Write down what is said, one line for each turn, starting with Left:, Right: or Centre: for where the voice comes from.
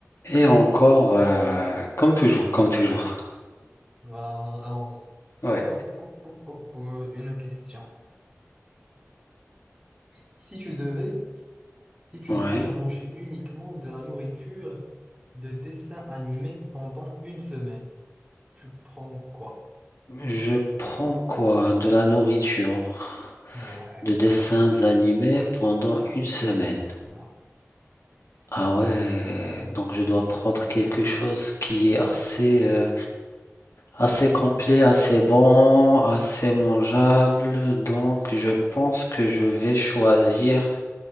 Left: Et encore,
Right: Du
Left: euh,
Right: coup,
Left: comme toujours, comme toujours.
Right: va- allons-y.
Left: Ouais,
Right: Hop, hop, hop, hop, euh, une question. Si tu devais, si tu
Left: ouais.
Right: devais manger uniquement de la nourriture de dessin animé pendant une semaine, tu prends quoi?
Left: Je prends quoi? De la nourriture,
Right: Ouais,
Left: de dessins
Right: ouais,
Left: animés
Right: ouais,
Left: pendant
Right: ouais,
Left: une semaine.
Right: ouais.
Left: Ah ouais, euh, donc je dois prendre quelque chose qui est assez, euh, assez complet, assez bon, assez mangeable. Donc je pense que je vais choisir